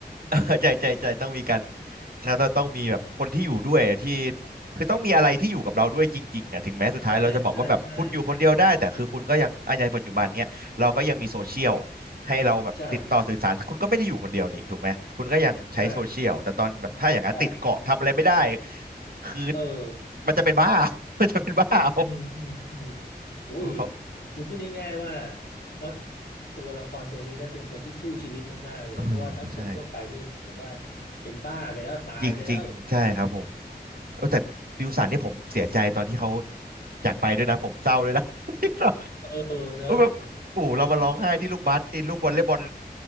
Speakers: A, on the right; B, on the left.
A: <laughs> ใจใจใจต้องมีการแล้วเราต้องมีแบบคนที่อยู่ด้วยที่คือต้องมีอะไรที่อยู่กับเราด้วยจริงๆอ่ะถึงแม้สุดท้ายเราจะบอกว่าแบบคุณอยู่คนเดียวได้แต่คือคุณก็ยังอันยังปัจจุบันเนี้ยเราก็ยังมีโซเชียล
B: <laughs> ใช่ใช่ใช่ใช่
A: ให้เราแบบติดต่อสื่อสารคุณก็ไม่ได้อยู่คนเดียวนี่ถูกไหมคุณก็ยังใช้โซเชียลแต่ตอนแบบถ้าอย่างนั้นติดเกาะทำอะไรไม่ได้
B: ใช่ใช่ใช่ใช่
A: คือ
B: เออ
A: มันจะเป็นบ้า <laughs> มันจะเป็นบ้าเอา
B: อืมอืมอืมอุ้ย
A: เออเขา
B: คือพูดง่ายๆว่าเพราะตัวละครตัวนี้นะเป็นคนที่สู้ชีวิตมากๆเลยเพราะว่าถ้าคนทั่วไปนี่ผมว่า
A: <coughs> เออใช่
B: เป็นบ้าไปแล้วตายไปแล้ว
A: จริงๆใช่ครับผมโอ้แต่ฟิวสันนี่ผมเสียใจตอนที่เขาจากไปด้วยนะผมเศร้าเลยนะ <laughs> ที่เรา
B: เออเนอะ
A: แบบโอ้โหเรามาร้องไห้ที่ลูกบาสที่ลูกวอลเลย์บอล